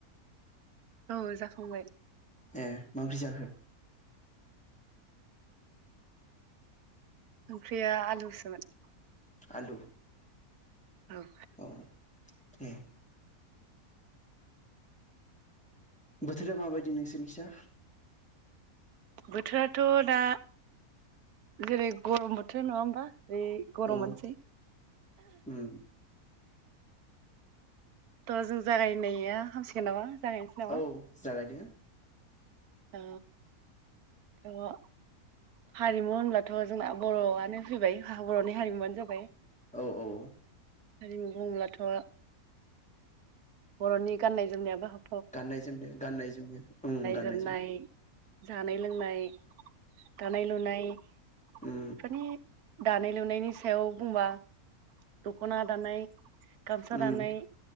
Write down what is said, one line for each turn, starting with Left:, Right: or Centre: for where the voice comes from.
Right: औ जाखांबाय
Centre: ए मा ओंख्रै जाखो
Right: ओंख्रिया आलुसोमोन
Centre: आलु
Right: औ
Centre: औ ए बोथोरा माबायदि नोंसोरनिखैजा
Right: बोथोराथ दा जेरै गरम बोथोर नङा होमबा बे गरम
Centre: औ
Right: आनोसै
Centre: उम
Right: थ जों जागायनाया हामसिगोन नामा जागायनोसै नामा
Centre: औ जागायदो
Right: औ औव हारिमु होनब्लाथ जोंना बर'आनो फैबाय बर'नि हारिमुआनो जाबाय
Centre: औ औ
Right: हारिमु बुंब्लाथ बरनि गाननाय जोमनायाबो हाब
Centre: गाननाय जोमनो गाननाय जोमनो उम गाननाय
Right: जोमनाय
Centre: जोमनो
Right: जानाय लोंनाय दानाय लुनाय
Centre: उम
Right: फोरनि दानाय लुनायनि सायाव बुंबा दख'ना दानाय गामसा
Centre: उम
Right: दानाय